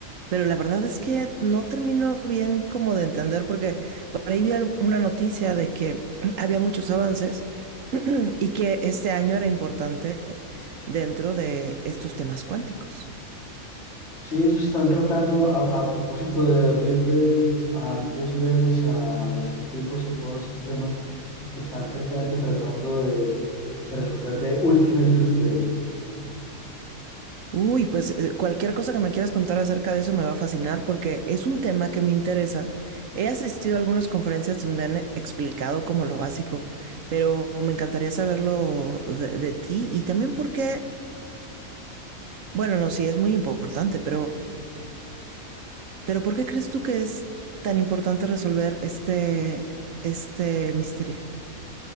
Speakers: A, on the right; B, on the left.
A: pero la verdad es que no termino bien como de entender porque por ahí vi al- una noticia de que <clears throat> había muchos avances <clears throat> y que este año era importante dentro de estos temas cuánticos.
B: Sí, ellos están tratando a, a propósito de relays, a puzzles, a acertijos y todos esos temas, están precisamente tratando de, de resolver de Ultimate Relay.
A: Uy, pues eh, cualquier cosa que me quieras contar acerca de eso me va a fascinar porque es un tema que me interesa. He asistido a algunas conferencias donde han explicado como lo básico, pero me encantaría saberlo de, de ti y también porque, bueno, no, sí es muy importante, pero, pero ¿por qué crees tú que es tan importante resolver este, este misterio?